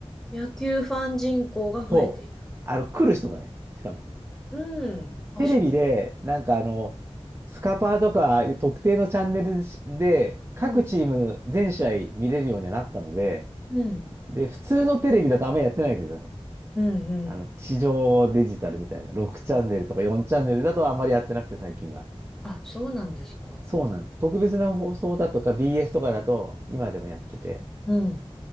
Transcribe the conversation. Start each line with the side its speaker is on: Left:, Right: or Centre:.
Centre: 野球ファン人口が増えている。
Right: そう。あの、来る人がね、しかも。
Centre: うん。あ、
Right: テレビで、
Centre: そう。
Right: なんかあの、スカパーとかいう特定のチャンネルで、各チーム全試合見れるようになったので、
Centre: うん。うん。
Right: で、普通のテレビだとあんまりやってないけど、あの、
Centre: うん。うん
Right: あの地上デジタルみたいな、6チャンネルとか4チャンネルだとあんまりやってなくて、最近は。
Centre: あ、そうなんですか。
Right: そうなん。特別な放送だとか BS とかだと、今でもやってて。
Centre: うん。